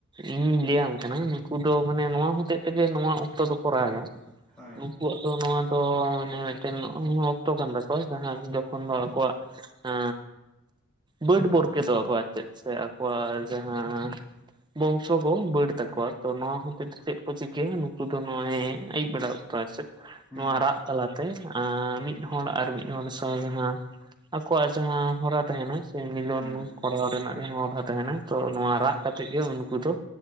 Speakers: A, on the right; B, in the centre.
A: ᱤᱧᱤᱧ ᱞᱟᱹᱭᱟᱢ ᱠᱟᱱᱟ ᱱᱩᱠᱩ ᱫᱚ ᱢᱟᱱᱮ ᱱᱚᱣᱟ ᱦᱚᱛᱮᱜ ᱛᱮᱜᱮ ᱱᱚᱣᱟ ᱚᱠᱛᱚ ᱫᱚᱠᱚ ᱨᱟᱜ-ᱟ <unintelligible>
B: ᱦᱳᱭ
A: ᱱᱩᱠᱩᱣᱟᱜ ᱫᱚ ᱱᱚᱣᱟ ᱫᱚ ᱢᱟᱱᱮ ᱢᱤᱫᱴᱮᱱ <unintelligible> ᱚᱠᱛᱚ ᱠᱟᱱ ᱛᱟᱠᱚᱣᱟ ᱡᱟᱦᱟᱸ ᱡᱚᱠᱷᱚᱱ ᱫᱚ ᱟᱠᱚᱣᱟᱜ ᱮ ᱵᱟᱹᱰ ᱵᱚᱨᱠᱮᱛᱚᱜ ᱟᱠᱚ ᱟᱨ ᱪᱮᱫ ᱥᱮ ᱟᱠᱚᱣᱟᱜ ᱡᱟᱦᱟᱸ ᱵᱚᱝᱥᱚ ᱠᱚ ᱵᱟᱹᱲ ᱛᱟᱠᱚᱣᱟ ᱛᱚ ᱱᱚᱣᱟ ᱦᱚᱛᱮᱡ ᱛᱮ ᱪᱮᱫ ᱠᱚ ᱪᱤᱠᱟᱹᱭᱟ ᱱᱩᱠᱩ ᱫᱚ ᱱᱚᱜᱼᱚᱭ ᱟᱹᱭᱩᱵ ᱵᱮᱲᱟ ᱚᱠᱛᱚ ᱟᱨ ᱪᱮᱫ
B: ᱦᱩᱸ
A: ᱱᱚᱣᱟ ᱨᱟᱜ ᱛᱟᱞᱟᱛᱮ ᱛᱮ ᱢᱤᱫ ᱦᱚᱲ ᱟᱨ ᱢᱤᱫ ᱦᱚᱲ ᱥᱟᱶ ᱡᱟᱦᱟᱸ ᱟᱠᱚᱣᱟᱜ ᱡᱟᱦᱟᱸ ᱦᱚᱨᱟ ᱛᱟᱦᱮᱱᱟ ᱢᱤᱞᱚᱱ
B: ᱦᱩᱸ
A: ᱠᱚᱨᱟᱣ ᱨᱮᱱᱟᱜ ᱡᱟᱦᱟᱸ ᱦᱚᱨᱟ ᱛᱟᱦᱮᱱᱟ ᱛᱚ ᱱᱚᱣᱟ
B: ᱦᱳᱭ
A: ᱨᱟᱜ ᱠᱟᱛᱮᱜ ᱜᱮ ᱩᱱᱠᱩ ᱫᱚ